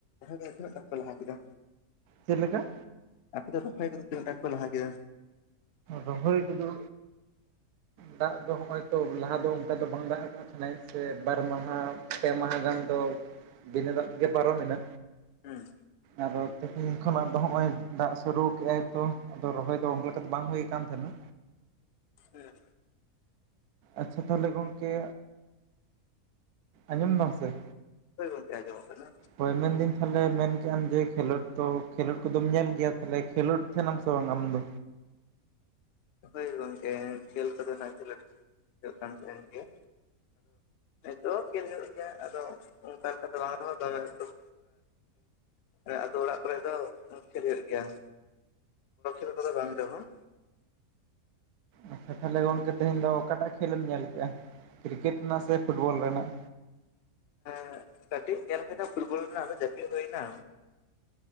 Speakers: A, on the left (about 55°); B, on the right (about 85°).
A: ᱞ ᱛᱤᱱᱟᱹᱜ ᱴᱟ ᱯᱮ ᱞᱟᱦᱟ ᱠᱮᱫᱟ?
B: ᱪᱮᱫ ᱞᱮᱠᱟ?
A: ᱟᱯᱮ ᱫᱚ ᱨᱚᱦᱚᱭ ᱠᱚᱫᱚ ᱛᱤᱱᱟᱜ ᱫᱟᱜ ᱞᱮ ᱞᱟᱦᱟ ᱠᱮᱫ?
B: ᱨᱚᱦᱚᱭ ᱠᱚᱫᱚ ᱫᱟᱜ ᱫᱚ ᱦᱚᱜ ᱚᱭ ᱛᱚ ᱞᱟᱦᱟ ᱫᱚ ᱚᱱᱠᱟ ᱫᱚ ᱵᱟᱝ ᱫᱟᱜ ᱟᱠᱟᱫᱼᱼ ᱚᱱᱟ ᱤᱭᱟᱹ ᱛᱮ ᱵᱟᱨ ᱢᱟᱦᱟ ᱯᱮ ᱢᱟᱦᱟ ᱜᱟᱱ ᱫᱚ ᱵᱤᱱᱟᱹ ᱫᱟᱜ ᱜᱮ ᱯᱟᱨᱚᱢᱮᱱᱟ᱾
A: ᱦᱮᱸᱼᱼ
B: ᱟᱫᱚ ᱛᱮᱦᱮᱧ ᱠᱷᱚᱱᱟᱜ ᱫᱚ ᱦᱚᱸᱜ-ᱚᱭ ᱫᱟᱜ ᱥᱩᱨᱩ ᱠᱮᱜ-ᱟᱭ ᱛᱚ, ᱟᱫᱚ ᱨᱚᱦᱚᱭ ᱫᱚ <inaudible> ᱠᱟ ᱫᱚ ᱵᱟᱝ ᱦᱩᱭ ᱠᱟᱱ ᱛᱟᱦᱮᱸᱱᱟ᱾
A: ᱦᱮᱸ᱾
B: ᱟᱪᱪᱷᱟ ᱛᱟᱦᱚᱞᱮ ᱜᱚᱝᱠᱮ, ᱟᱸᱡᱚᱢ ᱫᱟᱢ ᱥᱮ?
A: ᱦᱳᱭ ᱜᱚᱝᱠᱮ ᱟᱸᱡᱚᱢᱚᱜ ᱠᱟᱱᱟ᱾
B: ᱦᱳᱭ ᱢᱮᱱᱫᱟᱹᱧ ᱛᱟᱦᱚᱞᱮ ᱢᱮᱱ ᱠᱮᱜ ᱟᱢ ᱡᱮ ᱠᱷᱮᱞᱳᱰ ᱫᱚ ᱠᱷᱮᱞᱳᱰ ᱠᱚᱫᱚᱢ ᱧᱮᱞ ᱜᱮᱭᱟ, ᱛᱟᱦᱚᱞᱮ ᱠᱷᱮᱞᱳᱰ ᱛᱟᱦᱮᱸᱱᱟᱢ ᱥᱮ ᱵᱟᱝ ᱟᱢ ᱫᱚ?
A: ᱦᱳᱭ ᱜᱚᱝᱠᱮ ᱠᱷᱮᱞ ᱠᱚᱫᱚ ᱱᱟᱦᱟᱜ ᱠᱷᱮᱞᱳᱰ ᱦᱩᱭᱩᱜ ᱠᱟᱱ ᱛᱟᱦᱮᱸᱱ ᱜᱮᱭᱟ, ᱛᱚ ᱠᱷᱮᱞ ᱧᱮᱞ ᱦᱩᱭᱩᱜ ᱜᱮᱭᱟ ᱟᱫᱚ ᱚᱜᱠᱟ ᱞᱮᱠᱟ ᱫᱚ ᱵᱟᱝᱟ ᱨᱮᱦᱚᱸ ᱫᱚᱢᱮ <inaudible> <inaudible> ᱟᱫᱚ ᱚᱲᱟᱜ ᱠᱚᱨᱮᱜ ᱫᱚ ᱦᱳᱭᱳᱜ ᱜᱮᱭᱟ᱾ <inaudible> ᱠᱚ ᱫᱚ ᱵᱟᱝ ᱨᱮᱦᱚᱸ,
B: ᱟᱪᱪᱷᱟ ᱛᱟᱦᱚᱞᱮ ᱜᱚᱝᱠᱮ ᱛᱮᱦᱮᱧ ᱫᱚ ᱚᱠᱟᱴᱟᱜ ᱠᱷᱮᱞᱮᱢ ᱧᱮᱞ ᱠᱮᱜᱼᱟ, ᱠᱨᱤᱠᱮᱴ ᱨᱮᱱᱟᱜ ᱥᱮ ᱯᱷᱩᱴᱵᱚᱞ ᱨᱮᱱᱟᱜ?
A: <inaudible> ᱠᱟᱹᱴᱤᱡ ᱧᱮᱞ ᱠᱮᱫᱟ ᱯᱷᱩᱴᱵᱚᱞ ᱨᱮᱱᱟᱜ ᱟᱫᱚ ᱡᱟᱯᱤᱫ ᱦᱩᱭᱱᱟ᱾